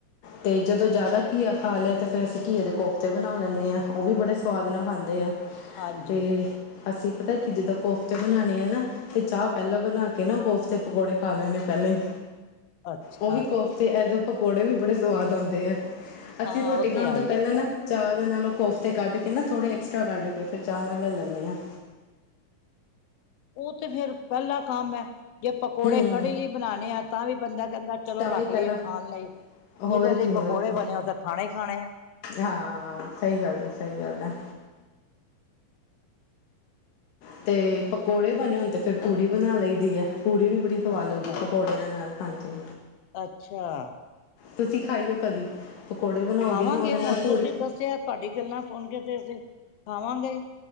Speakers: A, on the left; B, on the left.
A: ਤੇ ਜਦੋਂ
B: ਹਾਂ।
A: ਜ਼ਿਆਦਾ ਕੀ ਆ ਖਾ ਲਿਆ ਅਤੇ ਫਿਰ ਅਸੀਂ ਘੀਏ ਦੇ ਕੋਫਤੇ ਬਣਾ ਲੈਂਦੇ ਹਾਂ ਉਹ ਵੀ ਬੜੇ ਸਵਾਦ
B: ਹਾਂ,
A: ਨਾਲ ਖਾਂਦੇ ਆ
B: ਹਾਂਜੀ,
A: ਤੇ ਅਸੀਂ ਪਤਾ ਕਿ ਜਦੋਂ ਕੋਫਤੇ ਬਣਾਉਣੇ ਆ ਨਾ ਤੇ ਚਾਹ ਪਹਿਲਾਂ ਬਣਾ ਕੇ ਨਾ ਕੋਫਤੇ ਪਕੌੜੇ ਖਾ ਲੈਣੇ ਪਹਿਲੇਾਂ ਹੀ
B: ਅੱਛਾ,
A: ਉਹ ਵੀ ਕੋਫਤੇ ਐ ਪਕੌੜੇ ਵੀ ਬੜੇ ਸੂਆਦ ਆਉਂਦੇ ਹੈ ਅਸੀਂ
B: ਹਾਂ
A: ਰੋਟੀ
B: ਉਹ ਤੇ
A: ਖਾਣ
B: ਹੈ
A: ਦਾ
B: ਹੀ
A: ਪਹਿਲਾਂ
B: ਹੈ।
A: ਨਾ ਚਾਹ ਦੇ ਨਾਲੋਂ ਕੋਫਤੇ ਕੱਢ ਕੇ ਨਾ ਥੋੜ੍ਹੇ ਐਕਸਟਰਾ ਕੱਢ ਕੇ ਫਿਰ ਚਾਹ ਨਾਲ ਲੈ ਲੈਂਨੇ ਹਾਂ
B: ਉਹ ਤੇ ਫੇਿਰ ਪਹਿਲਾ ਕੰਮ ਹੈ ਜੇ ਪਕੌੜੇ
A: ਹੂੰ
B: ਕੜੀ ਲਈ ਬਣਾਉਣੇ ਆ ਤਾਂ ਵੀ ਬੰਦਾ ਕਹਿੰਦਾ ਚਲੋ
A: ਤਾਂ
B: ਰੱਖ
A: ਵੀ
B: ਲਈਏ
A: ਪਹਿਲਾਂ
B: ਖਾਣ ਲਈ
A: ਹੋਰ
B: ਜਿਹਦੇ ਲਈ
A: ਕੀ ਹੋਰ
B: ਪਕੌੜੇ
A: ਕੀ
B: ਬਣੇ ਹੋ ਤਾਂ ਖਾਣੇ ਹੀ ਖਾਣੇ ਆ
A: ਹਾਂ ਸਹੀ ਗੱਲ ਹੈ ਸਹੀ ਗੱਲ ਹੈ ਅਤੇ ਪਕੌੜੇ ਬਣੇ ਹੋ ਤੇ ਫਿਰ ਪੂੜੀ ਬਣਾ ਲਈ ਦੀ ਹੈ ਪੂੜੀ ਵੀ ਬੜੀ ਸਵਾਦ
B: ਅੱਛਾ,
A: ਲੱਗਦੀ ਪਕੌੜਿਆਂ ਨਾਲ ਹਾਂਜੀ
B: ਅੱਛਾ
A: ਤੁਸੀਂ ਖਾਈਓ ਕਦੀ ਪਕੌੜੇ ਬਣਾਓਗੇ
B: ਖਾਵਾਂਗੇ
A: ਨਾ ਉਹਦੇ
B: ਹੁਣ
A: ਨਾਲ ਪੂੜੀ
B: ਤੁਸੀਂ ਦੱਸਿਆ ਤੁਹਾਡੀ ਗੱਲਾਂ ਸੁਣ ਕੇ ਤੇ ਅਸੀਂ ਖਾਵਾਂਗੇ